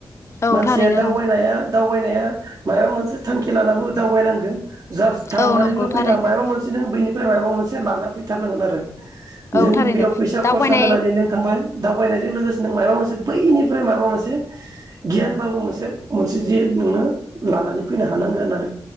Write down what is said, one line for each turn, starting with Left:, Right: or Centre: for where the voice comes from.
Left: औ
Right: मानसिया
Left: थारैनो
Right: दावबायनाया
Left: नंगौ
Right: दाव दावबायनाया मायबा मोनसे थांखि लानानैबो दावबायनांगो जास्ट थांनायल'
Left: औ नंगौ थारैनो
Right: फैना मायबा मोनसे नों बैनि फ्राय माबा मोनसे लाना फैथारनांगोन आरो जों
Left: औ थारैनो
Right: बेयाव फैसा
Left: दावबायनाय
Right: खरसा होनानै नों दावबायनायजों लोगोसे नों मायबा मोनसे बैनिफ्राय माबा मोनसे गियानबाबो मोनसे मोनसे जि नोंनो लानानै फैनो हानांगोन होननानै